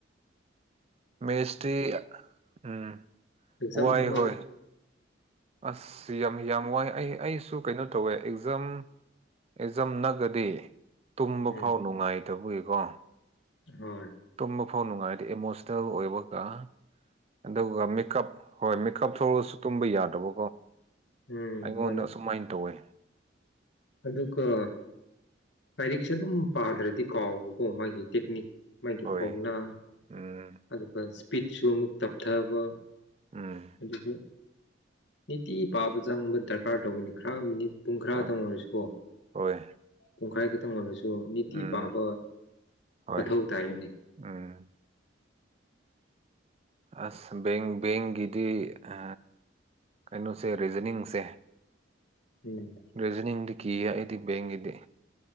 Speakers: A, on the right; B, on the left.
A: ꯃꯦꯁꯇꯔꯤ ꯎꯝ
B: ꯑꯦꯖꯝ
A: ꯋꯥꯏ
B: ꯐꯅ
A: ꯍꯣꯏ ꯑꯁ ꯌꯥꯝ ꯌꯥꯝ ꯋꯥꯏ ꯑꯩ ꯑꯩꯁꯨ ꯀꯩꯅꯣ ꯇꯧꯋꯦ ꯑꯦꯛꯖꯥꯝ ꯆꯝꯅꯒꯗꯤ ꯇꯨꯝꯕ
B: ꯎꯝ
A: ꯐꯥꯎ ꯅꯨꯡꯉꯥꯏꯇꯕꯏꯀꯣ
B: ꯍꯣꯏ
A: ꯇꯨꯝꯕ ꯐꯥꯎ ꯅꯨꯡꯉꯥꯏꯗꯤ ꯏꯃꯣꯁꯅꯦꯜ ꯑꯣꯏꯕꯒ ꯑꯗꯨꯒ ꯃꯦꯀꯞ ꯍꯣꯏ ꯃꯦꯀꯞ ꯊꯣꯛꯁꯨ ꯇꯨꯝꯕ ꯌꯥꯗꯕꯣ
B: ꯎꯝ
A: ꯑꯩꯉꯣꯟꯗ
B: ꯃꯥꯅꯤ
A: ꯑꯁꯨꯨꯝꯃꯥꯏꯅ ꯇꯧꯋꯦ
B: ꯑꯗꯨꯒ ꯂꯥꯏꯔꯤꯛꯁꯦ ꯑꯗꯨꯝ ꯄꯥꯗ꯭ꯔꯗꯤ ꯀꯥꯎꯕꯀꯣ ꯃꯥꯒꯤ ꯇꯦꯛꯅꯤꯛ ꯃꯥꯒꯤ
A: ꯍꯣꯏ
B: ꯐꯣꯡꯅ
A: ꯎꯝ
B: ꯑꯗꯨꯒ ꯏꯁꯄꯤꯠꯁꯨ ꯑꯃꯨꯛ ꯇꯞꯊꯕ
A: ꯎꯝ
B: ꯑꯗꯨꯁꯨ ꯅꯤꯇꯤ ꯄꯥꯕ ꯆꯪꯕ ꯗꯔꯀꯥꯔ ꯇꯧꯕꯅꯤ ꯈꯔ ꯃꯤꯅꯤꯠ ꯄꯨꯡ ꯈꯔꯥꯒ
A: ꯍꯣꯏ
B: ꯇꯪꯅꯔꯁꯤꯀꯣ
A: ꯍꯣꯏ
B: ꯄꯨꯡꯈꯥꯏ ꯈꯛꯇꯪꯅꯔꯁꯤ ꯣ ꯅꯅꯤꯇ
A: ꯎꯝ
B: ꯄꯥꯕ
A: ꯍꯣꯏ
B: ꯑꯊꯧꯗꯥꯅꯤ
A: ꯎꯝ ꯑꯁꯦꯡ ꯦꯡꯒꯤꯗꯤ ꯑ ꯀꯩꯅꯣꯁꯦ ꯔꯤꯖꯅꯤꯡꯁꯦ
B: ꯎꯝ
A: ꯔꯤꯖꯅꯤꯡꯡꯗꯨ ꯀꯤꯌꯥ ꯏꯗꯤ ꯦꯦꯡ ꯏꯗꯤ